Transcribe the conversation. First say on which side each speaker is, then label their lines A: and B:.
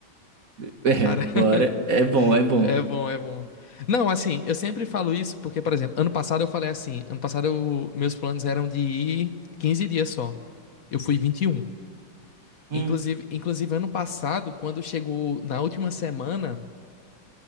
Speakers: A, on the right; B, on the left.
A: <laughs> É,
B: Cara,
A: bora.
B: <laughs>
A: É bom, é bom.
B: é bom, é bom. Não, assim, eu sempre falo isso porque, por exemplo, ano passado eu falei assim, ano passado eu- meus planos eram de ir 15 dias só. Eu fui 21.
A: Hum,
B: Inclusive, inclusive, ano passado, quando chegou na última semana,